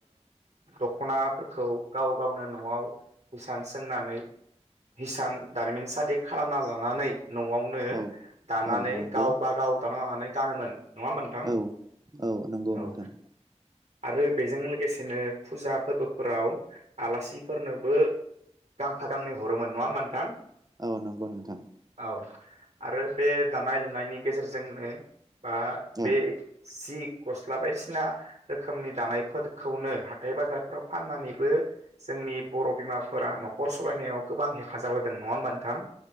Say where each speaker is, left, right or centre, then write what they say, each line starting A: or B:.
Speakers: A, on the right; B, on the right.
A: दख'नाफोरखौ गाव गावनो न'आव हिसान सोंनानै हिसान दारिमिनसालि खालामना लानानै न'आवनो
B: औ
A: दानानै
B: औ नंगौ
A: गावबा गाव दाना लानानै गानोमोन नङा होमबा नोंथां
B: औ औ नंगौ
A: औ
B: नोंथां
A: आरो बेजों लोगोसेनो फुजा फोरबोफोराव आलासिफोरनोबो गांफा गांन हरोमोन नङा होमबा नोंथां
B: औ नंगौ नोंथां
A: औ आरो बे दानाय लुनायनि गेजेरजोंनो बा
B: औ
A: बे सि गस्ला बायदिसिना रोखोमनि दानायफोरखौनो बे बाजारफोराव फाननानैबो जोंनि बर' बिमाफोरा न'खर सालायनायाव गोबां हेफाजाब होदों नङा होमबा नोंथां